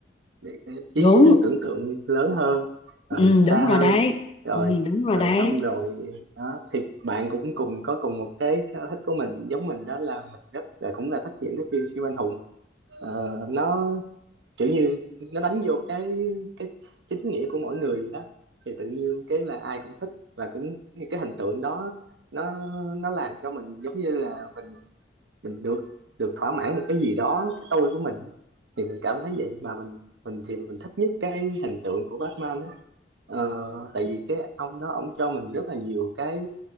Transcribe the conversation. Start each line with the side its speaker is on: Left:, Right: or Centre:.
Right: để cái
Left: đúng
Right: trí tưởng tượng lớn hơn
Left: ừ,
Right: rồi
Left: đúng
Right: xa
Left: rồi
Right: hơn
Left: đấy
Right: rồi
Left: ừ, đúng rồi
Right: rồi
Left: đấy
Right: xong rồi đó thì bạn cũng cùng có cùng một cái sở thích của mình giống mình đó là mình rất là cũng là thích những cái phim siêu anh hùng Ờ, nó kiểu như nó đánh vô cái cái chính nghĩa của mỗi người vậy đó thì tự nhiên cái là ai cũng thích và cũng như cái hình tượng đó nó nó làm cho mình giống như là mình mình được được thỏa mãn một cái gì đó cái tôi của mình thì mình cảm thấy vậy mà mình mình thì mình thích nhất cái hình tượng của Batman á Ờ, tại vì cái ông đó ông cho mình rất là nhiều cái